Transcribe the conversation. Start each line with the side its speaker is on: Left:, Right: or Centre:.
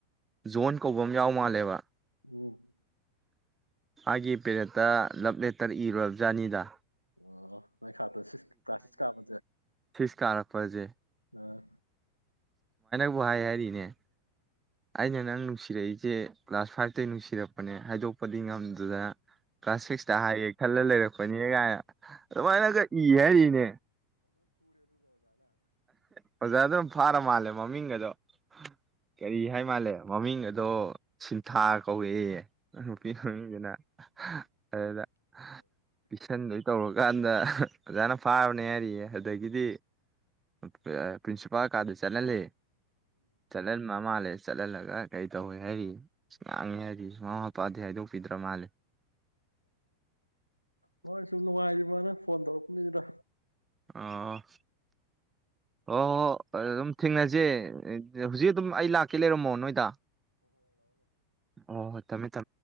Right: ꯖꯣꯟ ꯀꯧꯕ ꯑꯝ ꯌꯥꯎ ꯃꯥꯜꯂꯦꯕ
Left: ꯎꯝ
Right: ꯃꯥꯒꯤ ꯄꯦꯔꯠꯇ ꯂꯞ ꯂꯦꯇꯔ ꯏꯔꯨꯔ ꯖꯥꯅꯤꯗ
Left: ꯑꯣ ꯃꯥꯏ ꯁꯥꯇ꯭ꯔ ꯁꯤꯛꯁ ꯀ꯭ꯂꯥꯁ ꯁꯤꯛꯁ ꯀꯥꯕꯁꯦ
Right: ꯁꯤꯛꯁ ꯀꯥꯔꯛꯄꯁꯦ
Left: ꯑꯥ
Right: ꯕꯨ ꯍꯥꯏ ꯍꯥꯏꯔꯤꯅꯦ ꯑꯩꯅ ꯅꯪ ꯅꯨꯡꯁꯤꯔꯛꯏꯖꯦ ꯀ꯭ꯂꯥꯁ ꯐꯥꯏꯚꯇꯩ ꯅꯨꯡꯁꯤꯔꯛꯄꯅꯦ ꯍꯥꯏꯗꯣꯛꯄꯗꯤ ꯉꯝꯗꯗꯅ ꯀ꯭ꯂꯥꯁ ꯁꯤꯛꯁꯇ ꯍꯥꯏꯒꯦ ꯈꯜꯂ ꯂꯩꯔꯛꯄꯅꯦ ꯀꯥꯏꯅ ꯑꯗꯨꯃꯥꯏꯅꯒ ꯏ ꯍꯥꯏꯔꯤꯅꯦ ꯑꯣꯖꯥ ꯗꯨꯅ ꯐꯥꯔ ꯃꯥꯜꯂꯦ ꯃꯃꯤꯡꯒ ꯗꫭ ꯀꯔꯤ ꯍꯥꯏ ꯃꯥꯜꯂꯦ ꯃꯃꯤꯡ ꯒꯗꯣ ꯁꯤꯟꯊꯥ ꯀꯧꯋꯦꯌꯦ ꯅꯨꯄꯤ ꯃꯃꯤꯡꯁꯤꯅ ꯑꯗꯨꯗ ꯄꯤꯁꯟꯗꫭꯏ ꯇꯧꯔ ꯀꯥꯟꯗ ꯍ ꯑꫭꯖꯥꯅ ꯐꯥꯕꯅꯦ ꯍꯥꯏꯔꯤꯌꯦ ꯑꯗꯒꯤꯗꯤ ꯄ꯭ꯔ ꯄ꯭ꯔꯤꯟꯁꯤꯄꯥꯜ ꯀꯥꯗ ꯆꯠ ꯍꯜꯂꯦ ꯆꯂꯟꯕ ꯃꯥꯥꯂꯦ ꯆꯠꯍꯜꯂꯒ ꯀꯩ ꯇꯧꯋꯦ ꯍꯥꯏꯔꯤ ꯁ ꯉꯥꯡꯉꯦ ꯍꯥꯏꯔꯤ ꯁꯃꯥ ꯃꯄꯥꯗꯤ ꯍꯥꯏꯗꯣꯛꯄꯤꯗ꯭ꯔ ꯃꯥꯜꯂꯦ
Left: ꯑꯣ ꯍꯣꯏ ꯁꯨꯝ ꯅꯨꯡꯉꯥꯏꯔꯤ ꯕꫭꯅꯦ ꯐꯣꯟ ꯇꯧꯔꯛꯄꯅꯤꯗ
Right: ꯑꯥ ꯑꯣ ꯍꫭ ꯑꯗꯨꯝ ꯊꯦꯡꯅꯖꯦ ꯍꯧꯖꯤꯛ ꯑꯗꯨꯝ ꯑꯩ ꯂꯥꯛꯀꯦ ꯂꯩꯔꯝꯃꯣ ꯅꯣꯏꯗ ꯑꯣ ꯍꯣꯏ ꯇꯃꯦ ꯇ